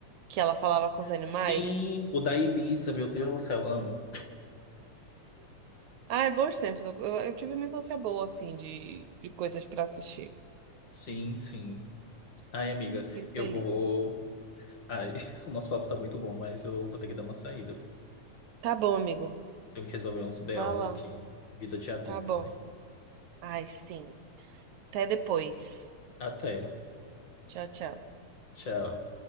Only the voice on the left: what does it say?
Sim, o da Elisa, meu Deus do céu, amo.
Sim, sim. Ai, amiga,
eu
vou. Ai, <laughs> o nosso papo tá muito bom, mas eu vou ter que dar uma saída, viu?
Tenho que resolver uns BOs
aqui. Vida de adulto,
né?
Até.
Tchau.